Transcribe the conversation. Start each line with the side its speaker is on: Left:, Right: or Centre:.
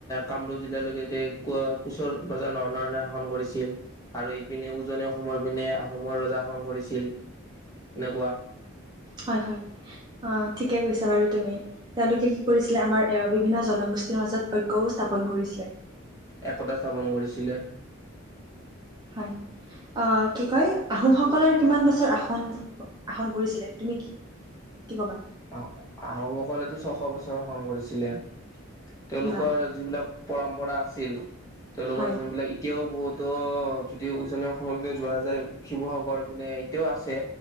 Left: কামৰূপ জিলালৈকে এতিয়া কোচৰ ৰজা নৰনাৰায়ণে শাসন কৰি চিল আৰু ইপিনে উজনে অসমৰ পিনে আহোমৰ ৰজা শাসন কৰিছিল এনেকুৱা
Right: হয় হয় অ ঠিকে কৈছা বাৰু তুমি তেওঁলোকে কি কৰিছিলে আমাৰ এ বিভিন্ন জনগোষ্ঠীৰ মাজত ঐক্যও স্থাপন কৰিছিলে
Left: একতা স্থাপন কৰিছিলে
Right: হয় অ কি কয় আহোমসকলৰ কিমান বছৰ আসন আসন কৰিছিলে তুমি কি কি কবা
Left: আহ আহোমসকলেতো ছশ বছৰ শাসন কৰিছিলে তেওঁলোকৰ
Right: বাহ।
Left: যিবিলাক পৰম্পৰা আছিল তেওঁলোকৰ
Right: হয়
Left: যোনবিলাক এতিয়াও বহুত ত' যদি উজনি অসমযৰ পিনে যোৱা যায় শিৱসাগৰ পিনে এতিয়াও আছে